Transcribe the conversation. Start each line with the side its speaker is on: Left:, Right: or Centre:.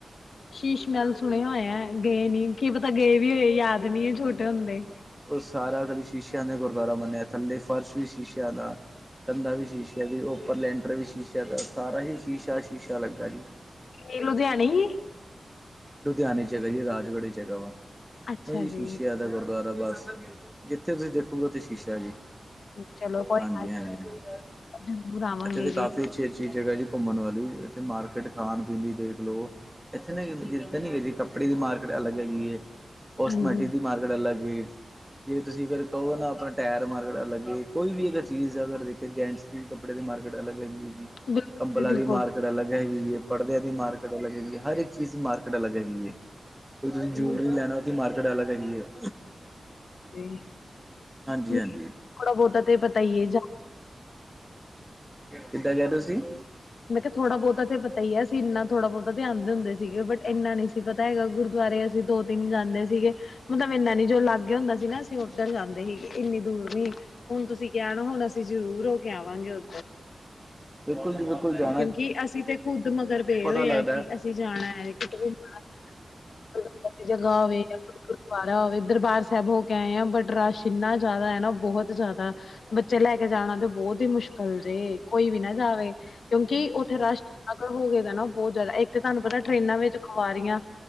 Left: ਸ਼ੀਸ਼ ਮਹਿਲ ਸੁਣਿਆ ਹੋਇਆ ਗਏ ਨੀ ਕੀ ਪਤਾ ਗਏ ਵੀ ਹੋਏ ਯਾਦ ਨਹੀਂ ਛੋਟੇ ਹੁੰਦੇ
Centre: ਉਹ ਸਾਰਾ ਕੱਲ ਸ਼ੀਸ਼ਿਆਂ ਦੇ ਗੁਰਦੁਆਰਾ ਬਣਿਆ ਥੱਲੇ ਫਰਸ਼ ਵੀ ਸ਼ੀਸ਼ਿਆਂ ਦਾ ਕੰਧਾ ਵੀ ਸ਼ੀਸ਼ੇ ਜੀ ਉੱਪਰ ਲੈਂਟਰ ਵੀ ਸ਼ੀਸ਼ ਸਾਰਾ ਹੀ ਸ਼ੀਸ਼ਾ ਸ਼ੀਸ਼ਾ ਲੱਗਾ ਜੀ
Left: ਏ ਲੁਧਿਆਣੇ ਹੀ ਹੈ
Centre: ਲੁਧਿਆਣੇ ਚ ਹੈਗਾ ਜੀ ਰਾਜ਼ਗੜ੍ਹੀ ਹੈਗਾ ਵਾ
Left: ਅੱਛਾ
Centre: ਹ
Left: ਜੀ,
Centre: ਸ਼ੀਸ਼ੇ ਦਾ ਗੁਰਦੁਆਰਾ ਬਸ ਜਿੱਥੇ ਤੁਸੀਂ ਦੇਖੋਗੇ ਉੱਥੇ ਸ਼ੀਸ਼ਾ ਜੀ।
Left: ਚਲੋ ਕੋਈ
Centre: ਹਾਂਜੀ
Left: ਗੱਲ
Centre: ਹਾਂਜੀ
Left: ਨੀ ਜਰੂਰ ਆਵਾਂਗੇ
Centre: ਇੱਥੇ ਤਾਂ
Left: ਜੀ,
Centre: ਕਾਫੀ ਅੱਛੀ ਅੱਛੀ ਜਗ੍ਹਾ ਜੀ ਘੁੰਮਣ ਵਾਲੀ ਇੱਥੇ ਮਾਰਕੀਟ ਖਾਣ ਪੀਣ ਦੀ ਦੇਖ ਲਓ ਇੱਥੇ ਨਾ ਨੀ ਕੱਪੜੇ ਦੀ ਮਾਰਕੀਟ ਅਲਗ ਹੈਗੀ ਹੈ ਕੋ ਸਟਮੈਟਿਕ
Left: ਹਾਂਜੀ
Centre: ਦੀ ਮਾਰਕੀਟ ਅਲੱਗ ਹੈ ਜੇ ਤੁਸੀਂ ਅਗਰ ਕਹੋ ਨਾ ਆਪਣਾ ਟਾਇਰ ਮਾਰਕਿਟ ਅਲਗ ਕੋਈ ਵੀ ਅਗਰ ਚੀਜ਼ ਅਗਰ ਦੇਖੇ ਜੈਂਟਸ ਦੀ ਕੱਪੜੇ ਦੀ ਮਾਰਕੀਟ ਅਲੱਗ ਹੈਗੀ ਹੈ ਜੀ।
Left: ਬਿਲਕੁਲ
Centre: ਕੰਬਲਾਂ
Left: ਜੀ
Centre: ਦੀ
Left: ਬਿਲਕੁਲ
Centre: ਮਾਰਕੀਟ ਅਲੱਗ ਹੈਗੀ ਹੈ ਪੜਦਿਆਂ ਦੀ ਮਾਰਕੀਟ ਅਲੱਗ ਹੈਗੀ ਹੈ ਹਰ ਇੱਕ ਚੀਜ਼ ਦੀ ਮਾਰਕੀਟ ਅਲੱਗ ਹੈਗੀ ਹੈ ਕੋ ਤੁਸੀਂ
Left: ਹਾਂਜੀ
Centre: ਜੈਲਰੀ ਲੈਣਾ ਉਹਦੀ ਮਾਰਕੀਟ ਅਲਗ ਹੈਗੀ ਹੈ।
Left: ਨਹੀਂ
Centre: ਹਾਂਜੀ-ਹਾਂਜੀ।
Left: ਥੋੜਾ ਬਹੁਤਾ ਤੇ ਪਤਾ ਹੀ ਹੈ
Centre: ਕਿੱਦਾਂ ਗਿਆ ਤੁਸੀਂ
Left: ਮਤਲਬ ਥੋੜਾ ਬਹੁਤਾ ਤੇ ਤਾਂ ਪਤਾ ਹੀ ਹੈ ਅਸੀ ਇੰਨਾ ਥੋੜ੍ਹਾ ਬਹੁਤਾ ਧਿਆਨ ਦਿੰਦੇ ਸੀਗੇ ਬੱਟ ਏਨਾ ਨਹੀਂ ਸੀ ਪਤਾ ਪਤਾ ਹੈਗਾ ਗੁਰਦੁਆਰੇ ਅਸੀਂ ਦੋ ਤਿੰਨ ਜਾਂਦੇ ਸੀਗੇ ਮਤਲਬ ਇੰਨਾ ਨੀ ਜੋ ਲਾਗੇ ਹੁੰਦਾ ਸੀ ਨਾ ਅਸੀਂ ਉੱਧਰ ਜਾਂਦੇ ਸੀਗੇ ਇੰਨੀ ਦੂਰ ਨ ਹੁਣ ਤੁਸੀਂ ਕੈਣ ਹੁਣ ਅਸੀਂ ਜ਼ਰੂਰ ਹੋ ਕੇ ਆਵਾਂਗੇ ਓ।
Centre: ਬਿਲਕੁੱਲ ਜੀ ਬਿਲਕੁੱਲ ਜਾ
Left: ਕਿਉਂਕਿ ਅਸੀਂ ਤੇ ਖੁੱਦ ਮਗਰ ਬੇ ਹੋਏ
Centre: ਲੱਗਦਾ
Left: ਹਾਂ ਕੇ ਅਸੀਂ ਜਾਣਾ ਐ ਕਿਤੇ ਘੁੰਮਣਾ। <unintelligible> ਜਗਾ ਵੇ ਗੁਰਦੁਆਰਾ ਹੋਵੇ ਦਰਬਾਰ ਸੈਬ ਹੋ ਕੇ ਆਏ ਆ ਬਟ ਰਸ਼ ਇੰਨਾ ਜਾਦਾ ਐ ਨਾ ਬੋਹਤ ਜਾਦਾ। ਬੱਚੇ ਲੈ ਕੇ ਜਾਣਾ ਤੇ ਬੋਤ ਈ ਮੁਸ਼ਕਿਲ ਜੇ ਕੋਈ ਵੀ ਨਾ ਜਾਵੇ ਕਿਉਂਕਿ ਉੱਥੇ ਰਸ਼ ਅਗਰ ਹੋਵੇਗਾ ਨਾ ਬੋ ਜਾਦਾ ਇੱਕ ਤੁਹਾਨੂੰ ਪਤਾ ਟਰੇਨਾਂ ਵਿੱਚ ਖੁਵਾਰੀਆਂ